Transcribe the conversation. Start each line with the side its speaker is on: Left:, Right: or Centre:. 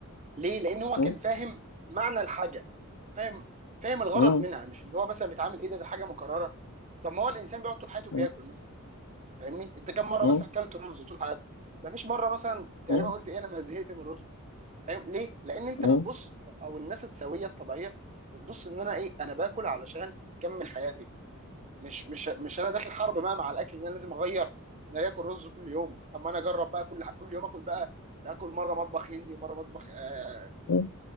Right: ليه لان هو
Left: م-
Right: كان فاهم معنى الحاجه فاهم فاهم الغرض
Left: م-
Right: منها
Left: م-
Right: مش اللي هو مثلا بيتعامل ايه ده ده حاجه مكرره طب ما هو الانسان بيقعد طول حياته بياكل
Left: م-
Right: مثلا فاهمني انت كم مره
Left: م-
Right: مثلا اكلت رز طول حياتك ما فيش مره مثلا تقريبا
Left: م-
Right: قلت ايه انا زهقت من الرز فاهم ليه لان انت
Left: م-
Right: بتبص او الناس السويه الطبيعيه بتبص ان انا ايه انا باكل علشان اكمل حياتي مش مش مش انا داخل حرب بقى مع الاكل ان انا لازم اغير انا ليه اكل رز كل يوم طب ما انا اجرب بقى كل كل يوم اكل بقى اكل مره مطبخ هندي ومره مطبخ آه،
Left: م-